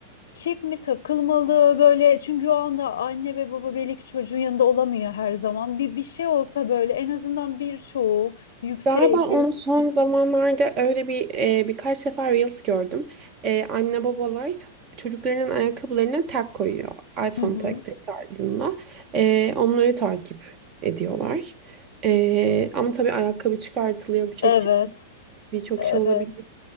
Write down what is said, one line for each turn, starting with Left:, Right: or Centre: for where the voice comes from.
Left: çip mi takılmalı böyle çünkü o anda anne ve baba belli ki çocuğun yanında olamıyor her zaman. Bir bir şey olsa böyle en azından birçoğu yüksek.
Right: Galiba onu son zamanlarda öyle bir e, birkaç defa Reels gördüm. E, anne babalar çocuklarının ayakkabılarına tag koyuyor. iPhone
Left: Hı hı.
Right: tagleri tarzında. E, onları takip ediyorlar. E, ama tabii ayakkabı çıkartılıyor. Birçok
Left: Evet,
Right: birçok
Left: evet.
Right: şey olabilir.